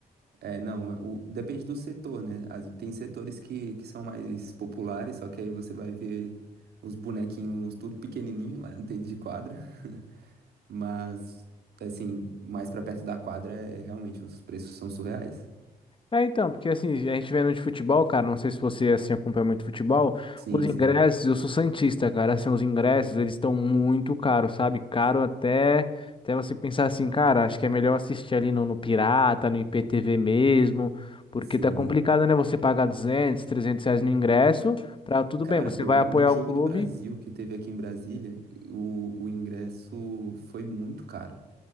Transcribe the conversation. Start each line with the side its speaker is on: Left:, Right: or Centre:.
Right: É, não, o- depende do setor, né? As- tem setores que, que são mais populares, só que aí você vai ver os bonequinhos tudo pequenininho lá dentro de quadra. <laughs> Mas, assim, mais pra perto da quadra, é, é realmente, os preços são surreais.
Left: É, então, porque assim, a gente vendo de futebol, cara, não sei se você assim acompanha muito futebol,
Right: Sim,
Left: os ingressos,
Right: sim,
Left: eu sou santista, cara, assim, os ingressos, eles estão muito caros, sabe? Caro até até você pensar assim, cara, acho que é melhor assistir ali no, no Pirata, no IPTV mesmo, porque
Right: sim.
Left: tá complicado, né, você pagar 200, 300 reais no ingresso, pra tudo
Right: Cara,
Left: bem, você
Right: eu,
Left: vai apoiar
Right: no jogo
Left: o clube,
Right: do Brasil, que teve aqui em Brasília, o, o ingresso foi muito caro.